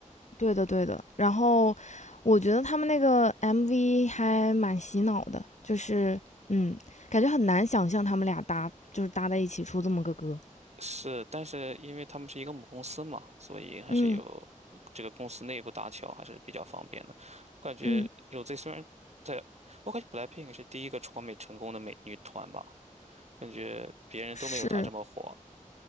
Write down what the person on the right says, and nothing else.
是，但是因为他们是一个母公司嘛，所以还是有这个公司内部搭桥还是比较方便的。
我感觉
Rosé 虽然在，我感觉 BLACKPINK 是第一个闯美成功的美女团吧，感觉别人都没有她这么火，